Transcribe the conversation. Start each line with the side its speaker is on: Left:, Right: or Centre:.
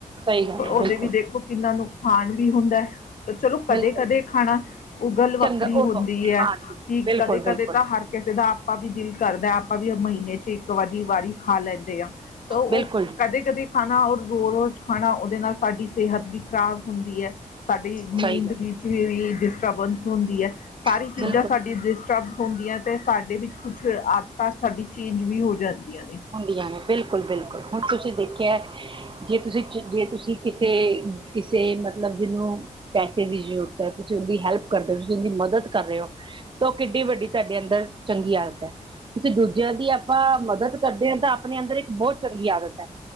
Right: ਸਹੀ ਗੱਲ ਹੈ ਬਿਲਕੁਲ
Left: ਓਦੇ ਵੀ ਦੇਖੋ ਕਿੰਨਾ ਨੂੰਕ ਖਾਣ ਵੀ ਹੁੰਦਾ ਤੇ ਚਲੋ ਕਦੇ-
Right: ਬਿਲਕੁਲ
Left: ਕਦੇ ਖਾਣਾ ਉਹ ਗੱਲ ਵੱਖਰੀ
Right: ਚੰਗਾ ਉਹ
Left: ਹੁੰਦੀ ਐ
Right: ਹਾਂਜੀ
Left: ਕਿ
Right: ਬਿਲਕੁਲ
Left: ਕਦੇ
Right: ਬਿਲਕੁਲ
Left: -ਕਦੇ ਤਾਂ ਹਰ ਕਿਸੇ ਦਾ ਆਪਾਂ ਵੀ ਦਿਲ ਕਰਦਾ ਐ ਆਪਾਂ ਵੀ ਮਹੀਨੇ ਚ ਇੱਕ ਵਾਰੀ ਵਾਰੀ ਖਾ ਲੈਂਦੇ ਆ ਤੇ ਓ
Right: ਬਿਲਕੁਲ ਜੀ
Left: ਕਦੇ- ਕਦੇ ਖਾਨਾ ਔਰ ਰੋ ਰੋਜ਼ ਖਾਣਾ ਓਦੇ ਨਾਲ ਸਾਡੀ ਸੇਹਤ ਵੀ ਖ਼ਰਾਬ ਹੁੰਦੀ ਹੈ। ਸਾਡੀ ਨੀਂਦ
Right: ਸਹੀ ਗੱਲ
Left: ਵਿੱਚ ਵੀ ਡਿਸਟਰਬੈਂਸ ਹੁੰਦੀ ਐ ਸਾਰੀ
Right: ਹੈ,
Left: ਚੀਜ਼ਾਂ
Right: ਬਿਲਕੁਲ
Left: ਸਾਡੀ ਡਿਸ ਸਬ ਹੁੰਦੀਆਂ ਤੇ ਸਾਡੇ ਵਿੱਚ ਕੁਛ ਆਦਤਾਂ ਸਾਡੀ ਚੇਂਜ ਵੀ ਹੋ ਜਾਂਦੀਆਂ ਨੇ।
Right: ਹੁੰਦੀਆਂ ਨੇ ਬਿਲਕੁਲ-ਬਿਲਕੁਲ ਹੁਣ ਤੁਸੀਂ ਦੇਖੇਆ ਜੇ ਤੁਸੀਂ ਜੇ ਤੁਸੀਂ ਕਿਤੇ ਕਿਸੇ ਮਤਲਬ ਜਿਨੂੰ ਪੈਸੇ ਦੀ ਜੂਰਤ ਹੋਏ ਤੁਸੀ ਉਹਦੀ - ਹੈਲਪ ਕਰਦੇ ਓ ਤੁਸੀਂ ਓਹ ਦੀ ਮਦਦ ਕਰ ਰਹੇ ਓ ਤੋਂ ਉਹ ਕਿੱਡੀ ਵੱਡੀ ਤੁਹਾਡੇ ਅੰਦਰ ਚੰਗੀ ਆਦਤ ਹੈ। ਕਿਸੇ ਦੂਜਿਆਂ ਦੀ ਆਪਾਂ ਮਦਦ ਕਰਦੇ ਆ ਤਾਂ ਆਪਣੇ ਅੰਦਰ ਇੱਕ ਬਹੁਤ ਚੰਗੀ ਆਦਤ ਐ